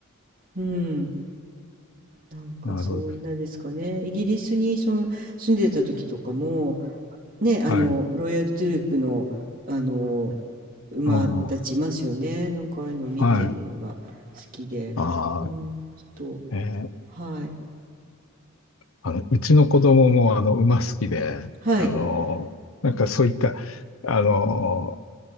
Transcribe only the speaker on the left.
あ、なるほど。
はい。
うんうん
はい。ああ、
えー
あの、うちの子供も、あの、馬好きで、
あの、なんかそういった、あの、